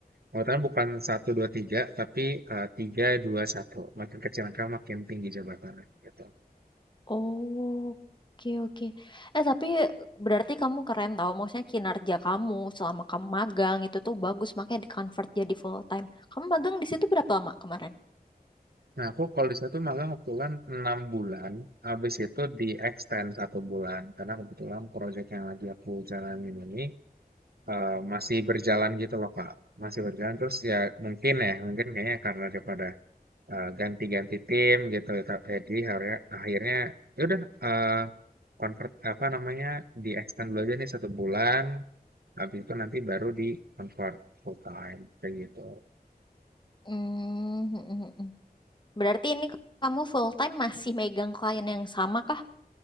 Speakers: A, on the right (about 80°); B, on the left (about 30°).
A: Pengetahuan bukan satu dua tiga tapi uh, tiga dua satu. Makin kecil angka makin tinggi jabatannya gitu.
B: Oh, oke oke. Eh tapi berarti kamu keren tau, maksudnya kinerja kamu selama kamu magang itu tuh bagus, makanya di convert jadi full time. Kamu magang di situ berapa lama kemarin?
A: Nah, aku kalau di situ malah kebetulan enam bulan, habis itu di extend satu bulan. Karena kebetulan proyek yang lagi aku jalanin ini eh, masih berjalan gitu loh, Kak. Masih berjalan terus ya mungkin ya, mungkin kayaknya karena daripada eh, ganti-ganti tim gitu. ta- Jadi akhirnya, akhirnya ya udah eh, convert apa namanya di extend dulu aja nih satu bulan. Habis itu nanti baru di convert full time kayak gitu.
B: Hmm, <laughs> Berarti ini kamu full time masih megang klien yang sama kah?